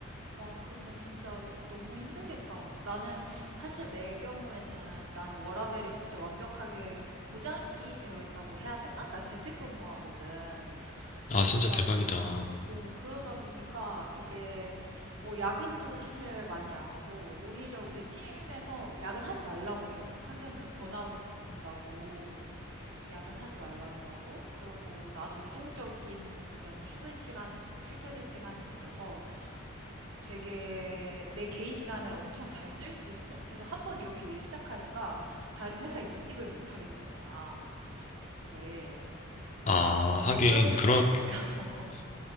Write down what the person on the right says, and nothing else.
와, 그러면 진짜 너무 힘들겠다. 나는 사실 내 경우에는 나는 워라밸이 진짜 완벽하게 보장이 되어 있다고 해야 되나? 나 재택근무하거든.
그러다
보니까, 오, 그러다 보니까 이게, 어, 야근도 사실 많이 안 하고, 오히려 우리 팀에서 야근하지 말라고 해. 하면은 번아웃 온다고 야근하지 말라 그러고, 그러고 나도 유동적인 그런 출근 시간이 있어, 출퇴근 시간이 있어서 되게 내 개인 시간을 엄청 잘 쓸 수 있는? 그래서 한 번 이렇게 일을 시작하니까 다른 회사 이직을 못 하겠는 거야. 이게 뭔가
너처럼 될
것 같아. <laughs>